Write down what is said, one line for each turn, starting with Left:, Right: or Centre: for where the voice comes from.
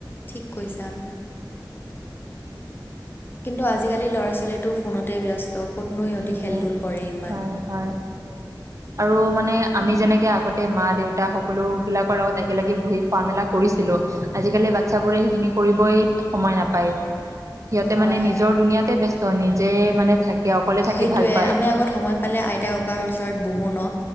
Left: ঠিক কৈছা। কিন্তু আজিকালি ল'ৰা ছোৱালীটো ফোনতে ব্যস্ত ক'তনো
Right: <unintelligible>
Left: সিহঁতি খেল ধূল কৰে ইমান।
Right: হয় হয় আৰু মানে আমি যেনেকে আগতে তে মা দেউতা সকলো বিলাকৰ লগত একেলগে বহি খোৱা মেলা কৰিছিলো আজিকালি বাচ্ছাবোৰে সেইখিনি কৰিবই সময় নাপায় সিহঁতে
Left: হয়,
Right: মানে নিজৰ দুুনীয়াতে ব্যস্ত নিজে মানে থাকে অকলে থাকি
Left: সেইটোয়ে
Right: ভাল পায়
Left: আমি আগত সময় পালে আইতা ককাৰ ওচৰত বহো ন